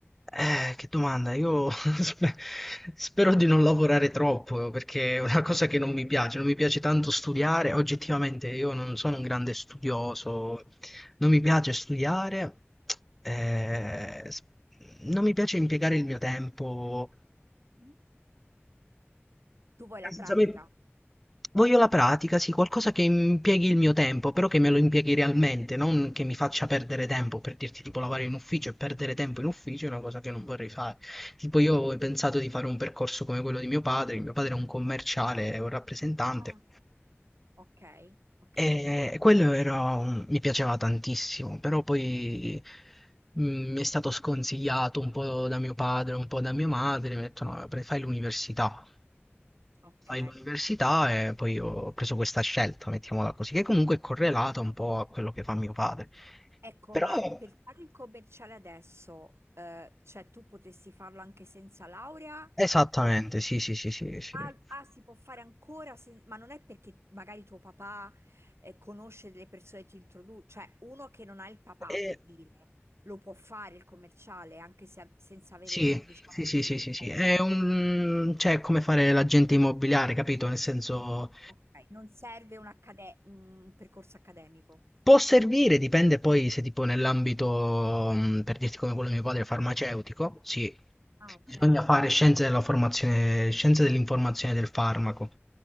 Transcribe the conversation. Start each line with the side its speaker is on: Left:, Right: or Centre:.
Centre: Eh, che domanda, io <laughs> spe- spero di non lavorare troppo perché è una cosa che non mi piace, non mi piace tanto studiare, oggettivamente io non sono un grande studioso, non mi piace studiare, eh, s- non mi piace impiegare il mio tempo
Right: Mm. Tu vuoi la
Centre: Essenzialmente
Right: pratica?
Centre: voglio la pratica, sì, qualcosa che impieghi il mio tempo, però che me lo impieghi realmente, non che mi faccia perdere tempo, per dirti tipo lavorare in ufficio e perdere tempo in ufficio è una cosa che non vorrei fare. Tipo io ho pensato di fare un percorso come quello di mio padre, mio padre è un commerciale, è un rappresentante.
Right: Ah, Ok, ok,
Centre: E quello era un- mi piaceva tantissimo, però poi mm, mi è stato sconsigliato un po' da mio padre, un po' da mia madre, mi ha detto no, pre- fai l'università
Right: ok.
Centre: all'università e poi ho preso questa scelta, mettiamola così, che comunque è correlata un po' a quello che fa mio padre.
Right: Ecco,
Centre: Però
Right: ma per fare il commerciale adesso, eh, cioè tu potresti farlo anche senza laurea?
Centre: esattamente,
Right: O-
Centre: sì, sì, sì, sì, sì.
Right: ah, ah, si può fare ancora, sen- ma non è perché magari tuo papà, eh, conosce delle persone e ti introduce, cioè uno che non ha il papà,
Centre: E-
Right: per dire, lo può fare il commerciale anche se- senza avere,
Centre: sì,
Right: diciamo
Centre: sì, sì,
Right: così,
Centre: sì, sì, sì. È un... cioè, è come fare l'agente immobiliare, capito? Nel senso...
Right: ok, non serve un, accade- un percorso accademico.
Centre: Può servire, dipende poi se tipo nell'ambito, mh, per dirti come quello di mio padre, farmaceutico, sì,
Right: Ah, ok.
Centre: Bisogna fare scienze della formazione, scienze dell'informazione del farmaco,